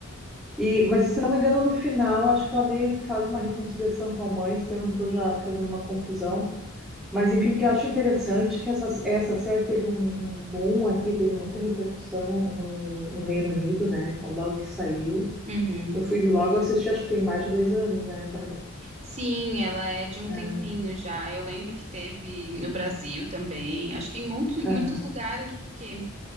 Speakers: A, in the centre; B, on the right.
A: E, mas se não me engano, no final, acho que ela meio que faz uma reconciliação com a mãe, se eu não estou já fazendo uma confusão. Mas enfim, que eu acho interessante é que essa, essa série teve um, um boom aqui, teve muita repercussão no, no Reino Unido, né? Quando- Logo que saiu.
B: Uhum.
A: Eu fui logo assistir, acho que tem mais de dois anos, né, Bárbara?
B: Sim, ela é de um
A: Ah,
B: tempinho já. Eu lembro que teve no
A: ah,
B: Brasil também, acho que em monte-
A: aham,
B: muitos lugares, porque